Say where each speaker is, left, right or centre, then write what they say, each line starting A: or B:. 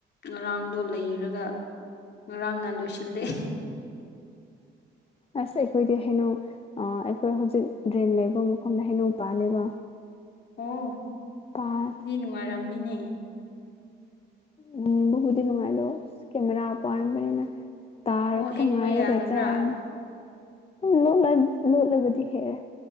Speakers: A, on the left; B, on the left.
A: ꯉꯔꯥꯡꯗꯣ ꯂꯩꯔꯒ ꯉꯔꯥꯡꯅ ꯂꯣꯏꯁꯤꯜꯂꯦ <unintelligible>
B: ꯑꯁ ꯑꯩꯈꯣꯏꯗꯤ ꯍꯩꯅꯧ ꯑꯩꯈꯣꯏ ꯍꯧꯖꯤꯛ ꯗ꯭ꯔꯦꯟ ꯂꯩꯕ ꯃꯐꯝꯗ ꯍꯩꯅꯧ ꯄꯥꯜꯂꯦꯕ
A: ꯑꯣ
B: ꯄꯥꯟ
A: ꯁꯤ ꯅꯨꯡꯉꯥꯏꯔꯝꯅꯤꯅꯦ
B: ꯍꯣꯏꯕꯨꯕꯨꯗꯤ ꯅꯨꯡꯉꯥꯏꯗꯣ ꯀꯦꯃꯦꯔꯥ ꯄꯥꯏꯔꯝꯕꯅꯤꯅ ꯇꯥꯔꯛꯄ
A: ꯑꯣ ꯍꯦꯛꯄ
B: ꯉꯥꯏꯔꯒ
A: ꯌꯥꯗꯕ꯭ꯔꯥ
B: ꯆꯥꯔꯤꯅ ꯠꯂ ꯂꯣꯠꯂꯒꯗꯤ ꯍꯦꯛꯑꯦ